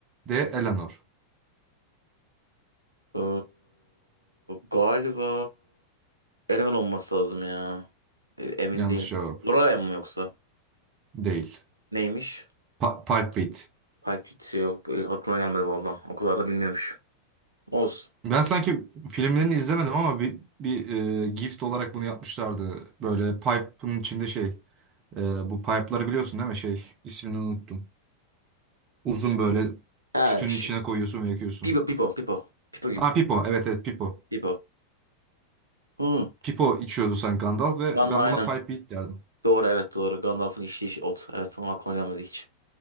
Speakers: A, on the right (about 30°); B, on the right (about 85°).
A: D. Eleanor
B: Ee, galiba Eleman olması lazım ya. E, Emin
A: Yanlış
B: değilim.
A: cevap.
B: Lorelai mı yoksa?
A: Değil.
B: Neymiş?
A: Pa Pulpfit.
B: Payküt yok. e, Aklıma gelmedi valla. O kadar da bilmiyormuş. Olsun.
A: Ben sanki filmlerini izlemedim ama bir bir e, gift olarak bunu yapmışlardı. Böyle pipe'ın içinde şey e, bu pipe'ları biliyorsun değil mi? Şey ismini unuttum. Uzun böyle
B: He,
A: tütünü
B: şi-
A: içine koyuyorsun ve yakıyorsun.
B: Pipo, Pipo, Pipo. Pipo gibi.
A: Ha Pipo. Evet evet Pipo.
B: Pipo. Hı.
A: Pipo içiyordu sanki Gandalf ve
B: Gun
A: ben
B: aynen.
A: buna Pipewheat derdim.
B: Doğru evet doğru. Gandalf'ın içtiği şey ot. Evet onun aklıma gelmedi hiç.